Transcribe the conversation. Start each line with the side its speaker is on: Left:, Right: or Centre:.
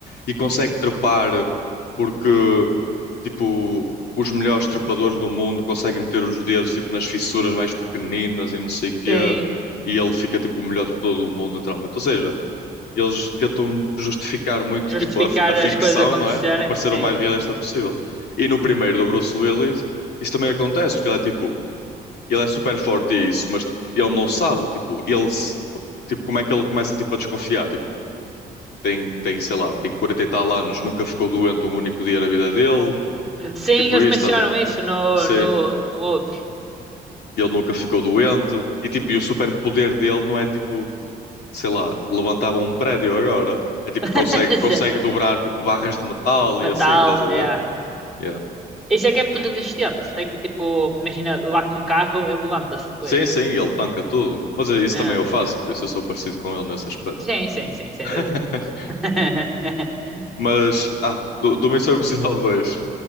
Left: e consegue trepar porque, tipo, os melhores trepadores do mundo conseguem meter os dedos, tipo, nas fissuras mais pequeninas e não sei o quê,
Centre: Sim.
Left: e ele fica, tipo, o melhor trepador do mundo, literalmente. Ou seja, eles tentam justificar muito
Centre: Justificar
Left: tipo a, a ficção,
Centre: as coisas acontecerem,
Left: não é? Para parecer
Centre: sim.
Left: o mais realista possível. E no primeiro do Bruce Willis, isso também acontece, porque ele é tipo, ele é super forte e isso, mas ele não sabe, tipo, ele se- tipo, como é que ele começa tipo a desconfiar, tipo, tem tem, sei lá, tem 40 e tal anos, nunca ficou doente um único dia na vida dele,
Centre: Sim,
Left: tipo
Centre: eles
Left: isso,
Centre: mencionam
Left: estás a...
Centre: isso no,
Left: Sim,
Centre: no, no outro.
Left: ele nunca ficou doente e tipo, e o superpoder dele não é tipo sei lá, levantavam um prédio agora. É tipo, consegue,
Centre: <laughs>
Left: consegue
Centre: Sim.
Left: dobrar tipo barras de metal
Centre: Metal,
Left: e assim, estás a
Centre: é.
Left: ver? Yeah.
Centre: Isso é que é muito resistente. Sei que, tipo, imagina, lá com um carro, ele levanta-se depois.
Left: Sim, sim, ele tanca tudo. Mas é isso
Centre: É.
Left: também eu faço, por isso eu sou parecido com ele nesse aspecto.
Centre: Sim, sim, sim, sem
Left: <laughs>
Centre: dúvida. <laughs>
Left: Mas, ah, do, do Missão Impossível 2, que